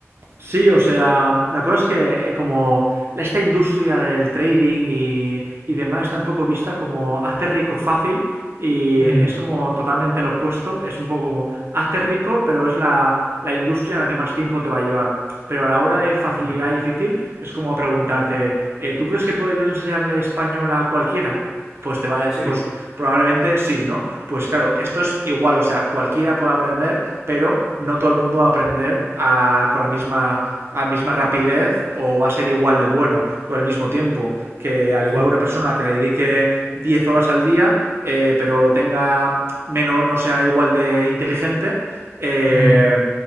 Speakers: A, on the right; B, in the centre.
A: Sí, o sea, la cosa es que eh, como esta industria del trading y, y demás está un poco vista como hazte rico fácil y
B: Mm,
A: es como totalmente lo opuesto, es un poco como hazte rico, pero es la, la industria en la que más tiempo te va a llevar. Pero a la hora de facilidad
B: mm,
A: y difícil es como preguntarte, eh, ¿tú crees que podrías enseñarle español a cualquiera? pues te va a decir,
B: sí,
A: pues probablemente sí, ¿no? Pues claro, esto es igual, o sea, cualquiera puede aprender, pero no
B: mm,
A: todo el mundo va a aprender a, con la misma, a misma rapidez o va a ser igual de bueno con el mismo tiempo. Que al
B: claro.
A: igual una persona que le dedique 10 horas al día, eh, pero tenga menos, no sea igual de inteligente, eh,
B: Ujú,